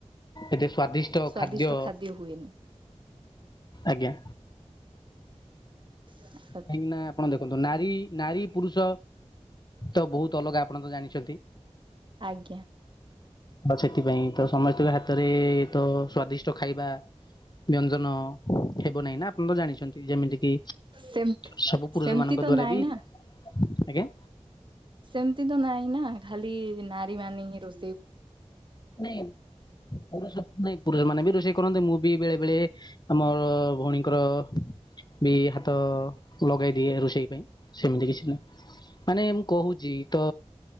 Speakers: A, on the left (about 40°); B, on the right (about 45°).
A: ଏତେ ସ୍ଵାଦିସ ଦ୍ୟ
B: ସ୍ଵାଦିଷ୍ଟ
A: ଖାଦ୍ୟ
B: ହୁଏନି।
A: ଆଜ୍ଞା।
B: <inaudible>
A: କାହିଁକି ନା ଆପଣ ଦେଖନ୍ତୁ ନାରୀ ନାରୀ ପୁରୁଷ ତ ବହୁତ ଅଲଗା ଆପଣ ତ ଜାଣିଛନ୍ତି।
B: ଆଜ୍ଞା
A: ଆଉ ସେଥିପାଇଁ ତ ସମସ୍ତଙ୍କ ହାତରେ ତ ସ୍ଵାଦି ଖାଇବା ବ୍ୟଞ୍ଜନ ହେବ ନାହିଁ ନା ଆପଣ ତ ଜାଣିଚନ୍ତି। ଯେମିତି କି
B: ସେମତି
A: ସବୁ ପୁରୁଷମାନଙ୍କ
B: ସେମିତି ତ
A: ଦ୍ଵାରା
B: ନାଇଁ
A: ବି
B: ନା
A: ଆଜ୍ଞା
B: ସେମତି ତ ନାଇଁ ନା ଖାଲି ନାରୀ ମାନେ ହିଁ ରୋଷ୍
A: ନାଇଁ ପୁରୁଷ ନାଇଁ ପୁରୁଷମାନେ ବି ରୋଷେଇ କରନ୍ତି। ମୁଁ ବି ବେଳେ ବେଳେ ଆମର ଭଉଣୀଙ୍କର ବି ହାତ ଲଗାଇ ଦିଏ ରୋଷେଇ ପାଇଁ। ସେମିତି କିଛି ନାହିଁ ମାନେ ମୁଁ କହୁଚି। ତ